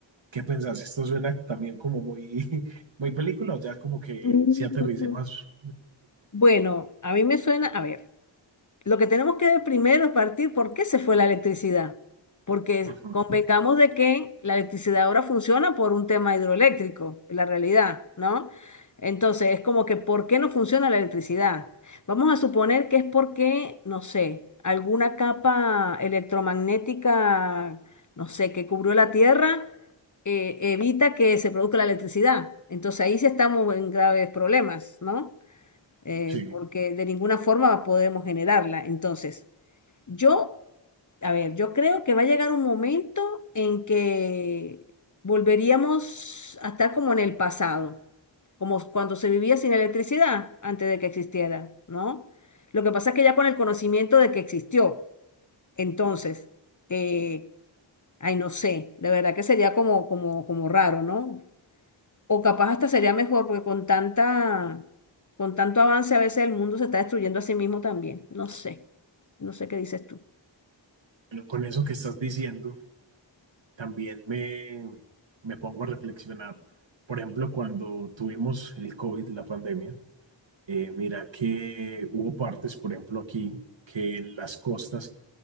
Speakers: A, on the right; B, on the left.
A: ¿Qué pensás? Esto suena también como muy, <laughs> muy película, o ya como que
B: Mm.
A: si aterrice más.
B: Bueno, a mí me suena, a ver. Lo que tenemos que ver primero es partir por qué se fue la electricidad. Porque
A: Ujú,
B: convengamos de que la electricidad ahora funciona por un tema hidroeléctrico, la realidad, ¿no? Entonces, es como que ¿por qué no funciona la electricidad? Vamos a suponer que es porque, no sé, alguna capa electromagnética, no sé, que cubrió la Tierra, eh, evita que se produzca la electricidad. Entonces ahí sí estamos en graves problemas, ¿no? eh,
A: Sí,
B: porque de ninguna forma podemos generarla. Entonces, yo, a ver, yo creo que va a llegar un momento en que volveríamos a estar como en el pasado, como cuando se vivía sin electricidad antes de que existiera, ¿no? Lo que pasa es que ya con el conocimiento de que existió, entonces, eh, ay, no sé, de verdad que sería como, como, como raro, ¿no? O capaz hasta sería mejor, porque con tanta, con tanto avance a veces el mundo se está destruyendo a sí mismo también. No sé, no sé qué dices tú.
A: pero con eso que estás diciendo. también me, me pongo a reflexionar. Por ejemplo, cuando tuvimos el COVID, la pandemia, eh, mira que hubo partes, por ejemplo, aquí, que en las costas